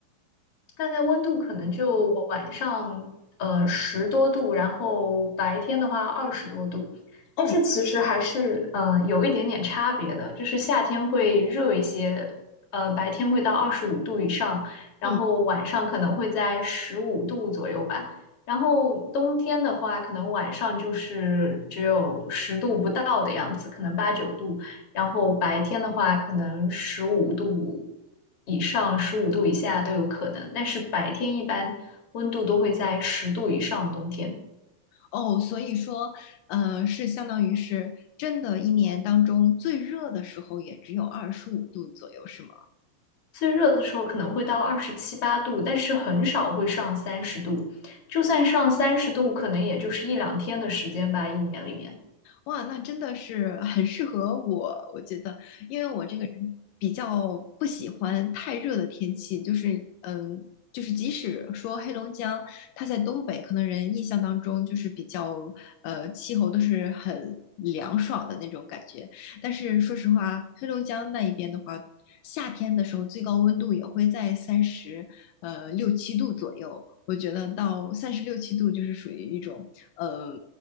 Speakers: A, on the left; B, on the left.
A: 大概温度可能就晚上呃十多度，然后白天的话二十多度，但是其实还是嗯呃有一点点差别的，
B: 哦，
A: 就是夏天会热一些，呃白天会到二十五度以上，然后晚上可能会在十五度左右吧，
B: 嗯，
A: 然后冬天的话，可能晚上就是只有十度不到的样子，可能八九度。然后白天的话，可能十五度以上、十五度以下都有可能，但是白天一般温度都会在十度以上，冬天。
B: 哦，所以说，呃，是相当于是真的，一年当中最热的时候也只有二十五度左右，是吗？
A: 最热的时候可能会到二十七八度，但是很少会上三十度。就算上三十度，可能也就是一两天的时间吧，一年里面
B: 哇，那真的是 <laughs> 很适合我，我觉得，因为我这个人比较不喜欢太热的天气，就是嗯，就是即使说黑龙江它在东北，可能人印象当中就是比较呃气候都是很凉爽的那种感觉，但是说实话，黑龙江那一边的话，夏天的时候最高温度也会在三十呃六七度左右，我觉得到三十六七度就是属于一种。呃。